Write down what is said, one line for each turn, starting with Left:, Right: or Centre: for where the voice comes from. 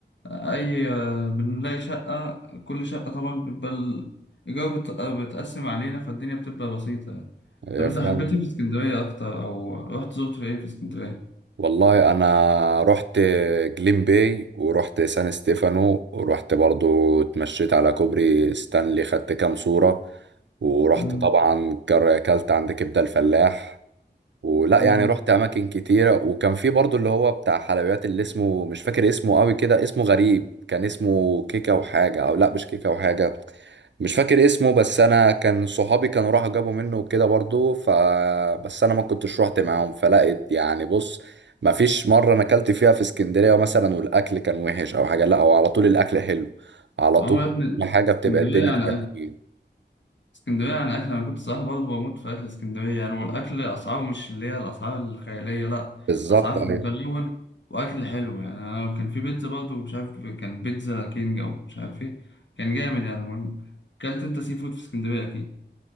Left: أي آه، بنلاقي شقة كل شقة طبعا بيبقى الإيجار بت- آه، بتقسم علينا فالدنيا بتبقى بسيطة يعني
Right: يا
Left: طب أنت
Right: فاهم
Left: مم. حبيت إيه في اسكندرية أكتر أو رحت زرت في إيه في اسكندرية؟
Right: والله انا رحت جليم باي ورحت سان ستيفانو ورحت برضو اتمشيت على كوبري ستانلي خدت كام صورة ورحت
Left: مم.
Right: طبعا كر- اكلت عند كبدة الفلاح ولا
Left: مم.
Right: يعني رحت اماكن كتيره وكان في برضو اللي هو بتاع حلويات اللي اسمه مش فاكر اسمه قوي كده اسمه غريب كان اسمه كيكه وحاجه او لا مش كيكه وحاجه مش فاكر اسمه بس انا كان صحابي كانوا راحوا جابوا منه وكده برضو ف بس انا ما كنتش رحت معاهم فلقيت يعني بص ما فيش مره انا اكلت فيها في اسكندريه مثلا والاكل كان وحش او حاجه لا هو على طول الاكل حلو على
Left: أه
Right: طول
Left: يا ابني
Right: حاجه
Left: اسكندرية
Right: بتبقى الدنيا
Left: يعني
Right: فيها تمام.
Left: اسكندرية يعني أكل أنا كنت صراحة برضه بموت في أكل اسكندرية يعني والأكل أسعاره مش اللي هي الأسعار الخيالية لأ
Right: بالظبط
Left: أسعار
Right: أيوه.
Left: في المتناول وأكل حلو يعني أنا كان في بيتزا برضه مش عارف كان بيتزا كينج أو مش عارف إيه كان جامد يعني المهم أكلت أنت سي فود في اسكندرية أكيد